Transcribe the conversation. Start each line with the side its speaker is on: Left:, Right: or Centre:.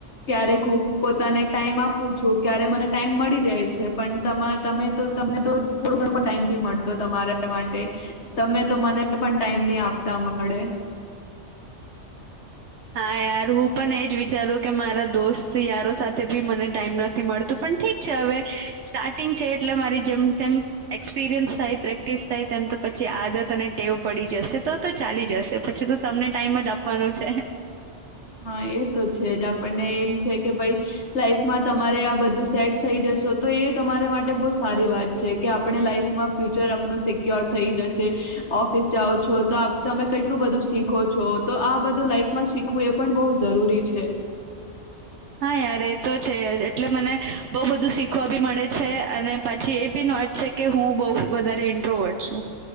Left: ક્યારેક હું પોતાને ટાઈમ આપું છું ક્યારે મને ટાઈમ મળી જાય છે પણ તમાર તમે તો તમને તો થોડુ ઘણું પણ ટાઈમ નહી મળતો. તમારા માટે, તમે તો મને પણ ટાઈમ નહીં આપતા મળે.
Right: હા યાર હું પણ એજ વિચારું કે મારા દોસ્ત યારો સાથે બી મને ટાઈમ નથી મળતું પણ ઠીક છે હવે, સ્ટાર્ટિંગ છે એટલે મારી જેમ તેમ એક્સપિરિયન્સ થાય પ્રેક્ટિસ થાય તેમ તો પછી આદત અને ટેવ પડી જશે તો તો ચાલી જશે પછી તો તમને ટાઈમ જ આપવાનું છે.
Left: હા એ તો છે જ આપણને એમ છે કે ભાઈ, લાઈફમાં તમારે આ બધું સેટ થઈ જશો તો એ તમારે માટે બો સારી વાત છે કે આપણે લાઈઇફમાં ફ્યુચર આપણું સિક્યોર થઈ જશે. ઓફિસ જાઓ છો. તો તમે કેટલું બધું શીખો છો તો આ બધું લાઈફ માં શીખવું એ પણ બહુ જરૂરી છે.
Right: હા યાર એ તો છે જ એટલે મને બોવ બધું શીખવા બી મળે છે અને પાછી એ પિન વાત છે કે હું બઉ વધારે ઇન્ટ્રોવટ છું